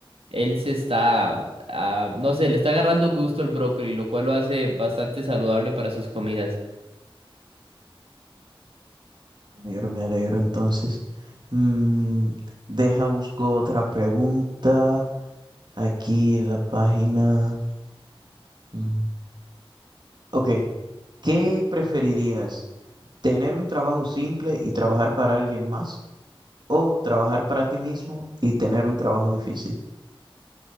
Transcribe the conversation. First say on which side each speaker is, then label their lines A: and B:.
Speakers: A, on the right; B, on the right.
A: Él se está, ah, no sé, le está agarrando gusto al brócoli, lo cual lo hace bastante saludable para sus comidas.
B: Me alegro, me alegro entonces. Mm, deja, busco otra pregunta. Aquí en la página. mm, Ok, ¿qué preferirías? ¿Tener un trabajo simple y trabajar para alguien más? ¿O trabajar para ti mismo y tener un trabajo difícil?